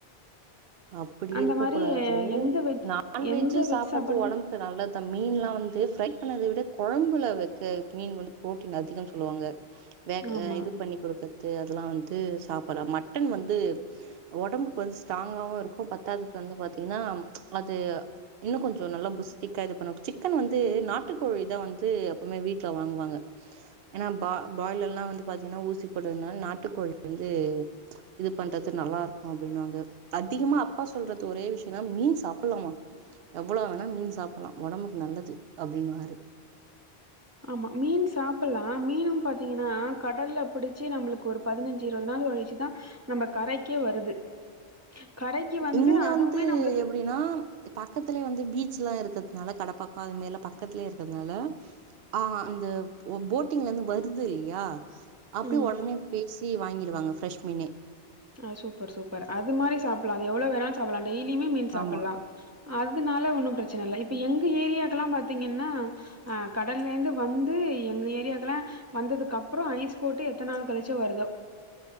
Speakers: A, on the right; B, on the right.
A: அப்டி
B: அந்த
A: இருக்க
B: மாரி
A: கூடாது
B: எந்த வெஜ்
A: நான்வெஜ்
B: எந்த வெஜ்
A: சாப்புடுறது
B: சாப்பாடுமே
A: ஒடம்பு நல்லத மீன்லா வந்து ப்ரை அப்ப அத விட குழம்புல வைக்க மீன் வந்து பு்ரோட்டீன் அதிகம்னு சொல்லுவாங்க வேக
B: ஆமா
A: இது பண்ணி கொடுக்கறது அதெல்லா வந்து சாப்புடலாம் மட்டன் வந்து ஒடம்புக்கு வந்து ஸ்டாங் ங்க இருக்கும் பத்தாதுக்கு வந்து பாத்தீங்கன்னா அது இன்னு கொஞ்சொ நல்லா புஸ்டிக்கா இது பண்ண சிக்கன் வந்து நாட்டுக்கோழி தா வந்து எப்பவுமே வீட்டுல வாங்குவாங்க ஏன்னா பாயலர்லா வந்து பாத்தீங்கன்னா ஊசி போட்டதுனால நாட்டுக்கோழி வந்து இது பண்றது நல்லா இருக்கும் அப்படின்னுவாங்க அதிகமா அப்பா சொல்றது ஒரே விஷயம் மீன் சாப்பிலாமா எவ்ளோ வேணா மீன் சாப்பிலா ஒடம்புக்கு நல்லது அப்டினுவாரு
B: ஆமா மீன் சாப்டலாம் மீனும் பாத்தீங்கன்னா கடல்ல பிடிச்சு நம்மளுக்கு ஒரு பதினஞ்சு இருபது நாள் கழிச்சுதான் நம்ம கரைக்கே வருது கரைக்கு
A: இங்க
B: அதுவுமே
A: வந்து
B: நம்மளுக்கு
A: எப்டினா பக்கதுலயே வந்து பீச் பீச்லா இருகிறதுனால கடப்பகம் இது மாரிலா பக்கதுலயே இருகிறதுனால ஆஹ் அந்த போடிங்ல இருந்து வருதுலியா அப்டியே
B: ம்
A: உடனே பேசி வாங்கிடுவாங்க ப்ரெஷ் மீனே
B: ஆஹ சூப்பர் சூப்பர் அதுமாதிரி சாப்படலாம் எவ்வள வேணாலும் சாப்படலாம் டெய்லியுமே மீன் சாப்பிலாம்
A: ஆமா
B: அதனால ஒன்னும் பிரச்சனை இல்லை இப்ப எங்க ஏரியாக்கலாம் பார்த்தீங்கன்னா ஆ கடலே இருந்து வந்து எங்க ஏரியாக்கலாம் வந்ததுக்கு அப்பறம் ஐஸ் போட்டு எத்தன நாள் கழிச்சோ வருதோ